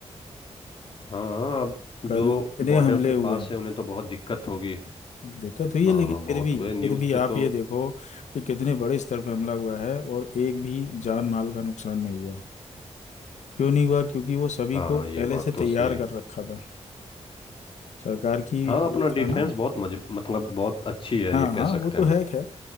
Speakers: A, on the left (about 50°); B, on the left (about 85°).
A: हाँ अब
B: कल
A: जो
B: इतने
A: बॉर्डर
B: हमले
A: के
B: हुए
A: पास है उन्हें तो बहुत दिक्कत होगी
B: दिक्कत हुई है
A: हाँ
B: लेकिन
A: हाँ,
B: फिर
A: बहुत
B: भी
A: हुए न्यूज़
B: फिर भी
A: पे तो
B: आप ये देखो कि कितने बड़े स्तर पर हमला हुआ है और एक भी जान माल का नुकसान नहीं हुआ क्यों नहीं हुआ क्योंकि वो सभी
A: हाँ
B: को पहले
A: ये बात
B: से
A: तो
B: तैयार
A: सही
B: कर रखा था सरकार की
A: हाँ अपना
B: ये था
A: डिफेंस
B: ना
A: बहुत मज, मतलब बहुत अच्छी है
B: हाँ
A: ये
B: हाँ
A: कह सकते
B: वो तो
A: हैं
B: है खैर